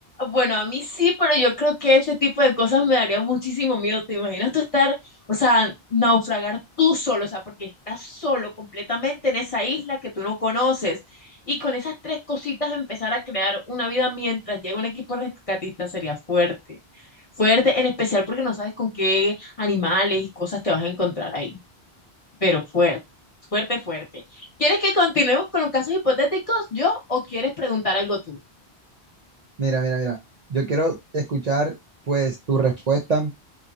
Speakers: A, on the left (about 30°); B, on the right (about 45°).
A: Bueno, a mí sí, pero yo creo que ese tipo de cosas me daría muchísimo miedo. ¿Te imaginas tú estar, o sea, naufragar tú solo, o sea, porque estás solo completamente en esa isla que tú no conoces y con esas tres cositas empezar a crear una vida mientras llega un equipo rescatista sería fuerte. Fuerte, en especial porque no sabes con qué animales y cosas te vas a encontrar ahí, pero fuerte, fuerte, fuerte. ¿Quieres que continuemos con los casos hipotéticos yo o quieres preguntar algo tú?
B: Mira, mira, mira. Yo quiero escuchar pues tu respuesta